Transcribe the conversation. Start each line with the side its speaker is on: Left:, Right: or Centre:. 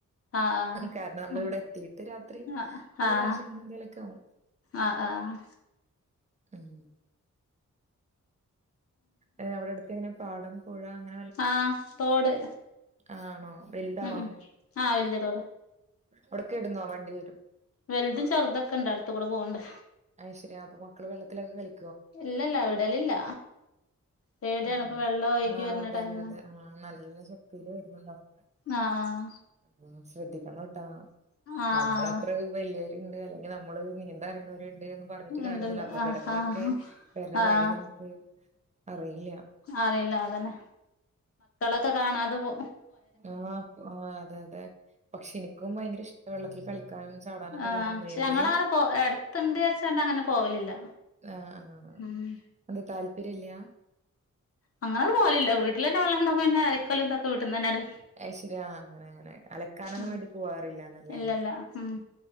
Left: ആഹ് ആഹ്
Right: കാരണം നമ്മള്
Left: ഉം
Right: ഇവിടെ എത്തിട്ട് രാത്രി
Left: ആഹ്
Right: നല്ല
Left: ആഹ്
Right: ദാശ്യ ഇങ്ങനെ എന്തെലുംക്കെ ആകും.
Left: ആഹ് ആഹ്
Right: ഉം അ അവിടത്ത് അടുങ്ങനെ പാടം പുഴ അങ്ങ
Left: ആ തോട്.
Right: ആണോ വലുതാണോ
Left: ഉം ഉം ആഹ് വല്യ തോടാ
Right: അവ്ടക്കിടന്നോ വണ്ടി വരും
Left: വലുതും ചെറുതൊക്കെ ഇണ്ട് അടുത്തുകൂടെ പോണ്ട്.
Right: അയ്ശരി അപ്പ മക്കള് വെള്ളത്തിലൊക്ക കളി
Left: ഇല്ലല്ല വിടലില്ല. പേടിയാണ്
Right: ആ
Left: ഇപ്പൊ വെള്ളം ഒഴുകി
Right: ആ
Left: വരണ
Right: അതെ
Left: ടൈമാണ്
Right: അതെ അതെ ആ നല്ല ശക്തിയില് വരുന്നുണ്ടാവും.
Left: ആഹ്
Right: ആഹ് ശ്രദ്ധിക്കണം ട്ടാ
Left: ആഹ്
Right: നമ്മളത്ര
Left: ആഹ്
Right: വലിയരുണ്ട് അല്ലെങ്കി നമ്മള് നീ ന്താൻ അറിയുന്നവരുണ്ട് പറഞ്ഞിട്ട്
Left: ആഹ്
Right: കാര്യൊന്നുമില്ല
Left: ഇണ്ട്ണ്ട്
Right: അപകടങ്ങളൊക്കെ
Left: ആഹ് ആഹ്
Right: വരുന്ന
Left: ആഹ്
Right: വഴി നമുക്ക് അറിയില്ല്യ.
Left: അറിയില്ല അതന്നെ ഒക്കെ കാണാതപ്പോ
Right: ആഹ് ആഹ് അതെ അതെ പക്ഷെ എനിക്കും വയങ്കര ഇഷ്ട വെള്ളത്തില് കളിക്കാനും ചാടാനും തുള്ളാനും
Left: ആഹ് പക്ഷെ
Right: നീന്തല്
Left: ഞങ്ങളങ്ങനെ പോ എടുത്തണ്ട് വച്ചാണ്ട് അങ്ങനെ പോവലില്ല.
Right: ആഹ് ആഹ്
Left: ഉം
Right: എന്താ താല്പര്യംല്ലാ
Left: നമ്മളങ്ങട്ട് പോവലില്ല വീട്ടിലെന്നെ വള്ളണ്ടാകുമ്പോ പിന്നെ അലക്കലുതൊക്കെ വീട്ട്ന്നെന്നങ്ങട്ട്.
Right: അയ്ശരിയാ അങ്ങനെ അങ്ങനെ അലക്കാനൊന്നും
Left: ഉം
Right: വേണ്ടി പോവാറില്ലന്നല്ലേ
Left: ഇല്ലല്ല ഉം